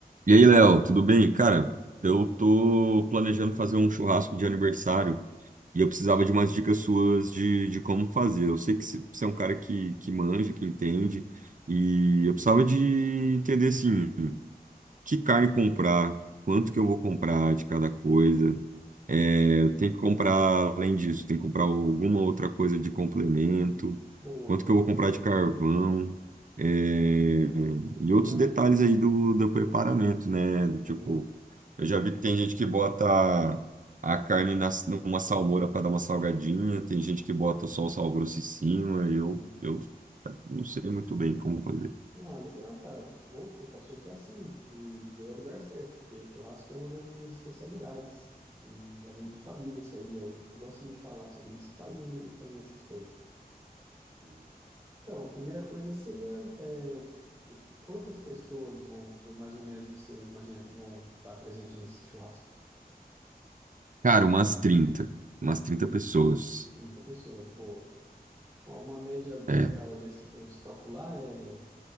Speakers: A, on the right; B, on the right.
A: E aí, Léo, tudo bem? Cara, eu tô planejando fazer um churrasco de aniversário e eu precisava de umas dicas suas de, de como fazer. Eu sei que se- você é um cara que, que manja, que entende, e eu precisava de entender, assim, que carne comprar, quanto que eu vou comprar de cada coisa. É, eu tenho que comprar, além disso, tem que comprar alguma outra coisa de complemento,
B: Boa,
A: quanto que eu vou comprar de carvão, é, e
B: legal,
A: outros detalhes aí do, do preparamento, né?
B: boa,
A: Do Tipo, eu já vi que tem gente que bota a carne na, numa salmoura para dar uma salgadinha, tem gente que bota só o sal grosso em cima, eu,
B: sim.
A: eu não sei muito bem como fazer.
B: Ah, legal, cara. Opa, posso te ajudar sim e ver o lugar certo, porque churrasco é uma das minhas especialidades e já vem de família isso aí. Eu gosto muito de falar sobre isso e fazer, fazer essas coisas. Então, a primeira coisa seria é, o- quantas pessoas vão, vão- mais ou menos, você imagina que vão estar presente nesse churrasco?
A: Cara, umas trinta, Umas trinta pessoas.
B: trinta pessoas, boa. Ó, Uma média legal
A: É.
B: ali assim para você calcular é.